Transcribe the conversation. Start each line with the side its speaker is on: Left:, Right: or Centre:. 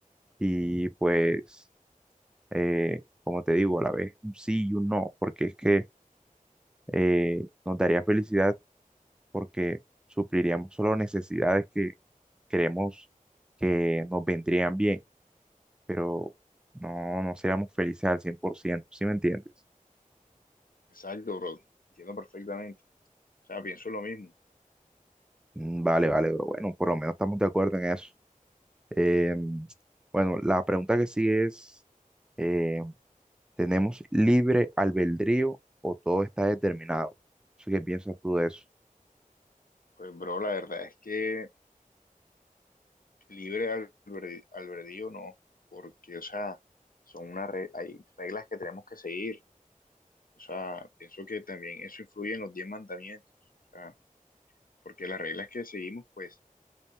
Centre: y pues, eh, como te digo, a la vez un sí y un no, porque es que eh, nos daría felicidad porque supliríamos solo necesidades que creemos que nos vendrían bien, pero no, no seríamos felices al cien por ciento ¿sí me entiendes?
Left: Exacto, bro, entiendo perfectamente, o sea, pienso lo mismo.
Centre: Mm, Vale, vale, bro. Bueno, por lo menos estamos de acuerdo en eso. Em, bueno, la pregunta que sigue es, eh, ¿tenemos libre albedrío o todo está determinado? Así que piensas tú de eso?
Left: Pues, bro, la verdad es que libre al, bre- al albedrío no, porque, o sea, son una re- hay reglas que tenemos que seguir. O sea, pienso que también eso influye en los diez mandamientos. O sea, porque las reglas que seguimos, pues,